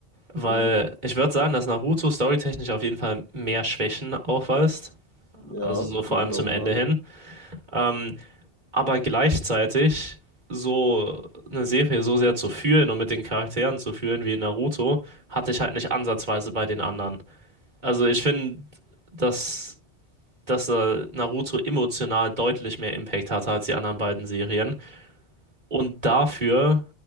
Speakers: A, on the right; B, on the left.
A: Weil
B: Mhm.
A: ich würde sagen, dass Naruto storytechnisch auf jeden Fall mehr Schwächen aufweist.
B: Ja,
A: Also so vor
B: würde
A: allem
B: ich
A: zum
B: auch sagen.
A: Ende hin. Ähm, aber gleichzeitig so eine Serie so sehr zu fühlen und mit den Charakteren zu fühlen wie in Naruto, hatte ich halt nicht ansatzweise bei den anderen. Also ich finde, dass, dass äh, Naruto emotional deutlich mehr Impact hatte als die anderen beiden Serien. Und dafür,